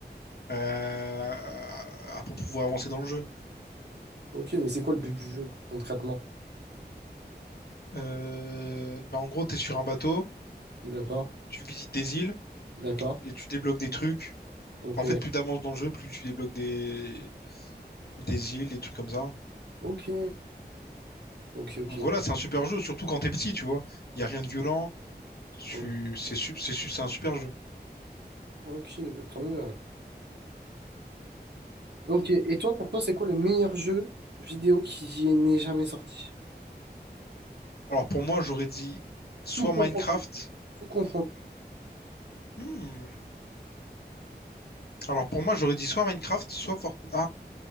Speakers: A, on the left; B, on the right.
A: euh, à- pour pouvoir avancer dans le jeu.
B: Ok, mais c'est quoi le but du jeu concrètement?
A: Euh, bah, en gros, t'es sur un bateau,
B: D'accord.
A: tu visites des îles
B: D'accord.
A: et tu débloques des trucs.
B: Ok.
A: En fait, plus t'avances dans le jeu, plus tu débloques des, des îles, des trucs comme ça.
B: Ok. Ok, ok.
A: Donc voilà, c'est un super jeu, surtout quand t'es petit, tu vois. Il n'y a rien de violent. Tu...
B: Mhm.
A: C'est su- c'est su- c'est un super jeu.
B: Ok, bah, tant mieux alors. Ok, et toi, pour toi, c'est quoi le meilleur jeu vidéo qui n'est jamais sorti?
A: Alors pour moi, j'aurais dit soit
B: Tout
A: Minecraft.
B: confondu. tout confondu.
A: Hmm. Alors pour moi, j'aurais dit soit Minecraft, soit Fortnite.